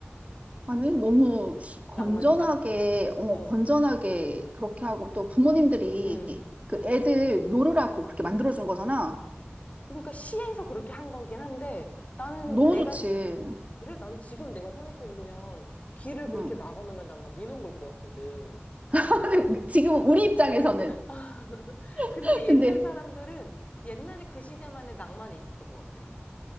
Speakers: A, on the right; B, on the left.
A: 아니, 너무 건전하게,
B: 낭만인가?
A: 어,
B: 응,
A: 건전하게 그렇게 하고 또 부모님들이
B: 응.
A: 그 애들 놀으라고 그렇게 만들어준 거잖아.
B: 그러니까 시에서 그렇게 한 거긴 한데 나는
A: 너무
B: 내가
A: 좋지.
B: 그래 난 지금 내가 생각해보면 길을 그렇게
A: 응.
B: 막아놓으면 난 막 민원 걸 것 같거든.
A: <laughs> 지금 우리 입장에서는.
B: <laughs> 근데
A: <laughs>
B: 옛날
A: 근데,
B: 사람들은 옛날에 그 시대만의 낭만이 있었던 것 같아.